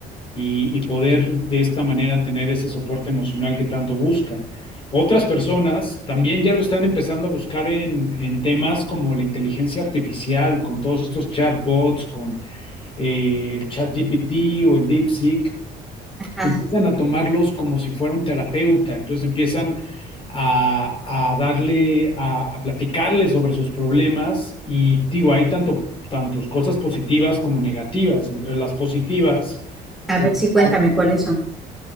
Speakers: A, on the left; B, in the centre.
A: y, y poder de esta manera tener ese soporte emocional que tanto buscan. Otras personas también ya lo están empezando a buscar en, en temas como la inteligencia artificial, con todos estos chatbots, con eh, el ChatGPT o el DeepSeek
B: ajá.
A: empiezan a tomarlos como si fuera un terapeuta, entonces empiezan a, a darle, a, a platicarle sobre sus problemas y digo, hay tanto, tantos cosas positivas como negativas. Entre las positivas,
B: A
A: Exacto.
B: ver si cuéntame cuáles son.